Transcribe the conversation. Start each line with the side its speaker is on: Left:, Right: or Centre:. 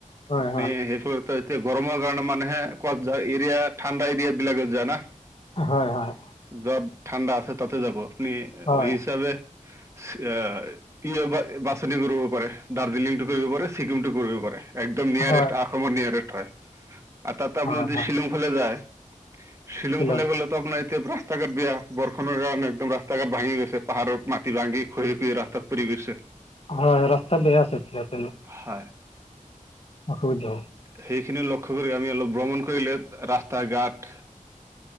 Left: হয়
Right: আপুনি
Left: হয়
Right: সেইফালে এতিয়া গৰমৰ কাৰণে মানুহে কত যায়। এৰিয়া ঠাণ্ডা এৰিয়া বিলাকত যায় না?
Left: হয় হয়।
Right: য'ত ঠাণ্ডা আছে তাতে যাব আপুনি
Left: হয়
Right: হিচাপে আঁহ ই বাছনি কৰিব পাৰে দাৰ্জিলিংটো কৰিব পাৰে ছিকিমটো কৰিব পাৰে। একদম নিয়াৰেষ্ট
Left: হয়
Right: অসমৰ নিয়াৰেষ্ট হয়। আৰু তাতে আপুনি
Left: হয়
Right: যদি
Left: হয়
Right: শ্বিলং ফালে যায় শ্বিলিং
Left: শ্বিলং
Right: ফালে গ'লেতো আপোনাৰ এতিয়া ৰাস্তা ঘাট বেয়া বৰষুণৰ কাৰণে একদম ৰাস্তা ঘাট ভাঙি গৈছে পাহাৰৰ মাটি ভাঙি খহি খহি ৰাস্তাত পৰি গৈছে।
Left: হয় ৰাস্তা বেয়া আছে এতিয়াও।
Right: হয়
Left: অসুবিধা
Right: সেইখিনি ল কৰি আমি অলপ ভ্ৰমণ কৰিলে ৰাস্তা ঘাট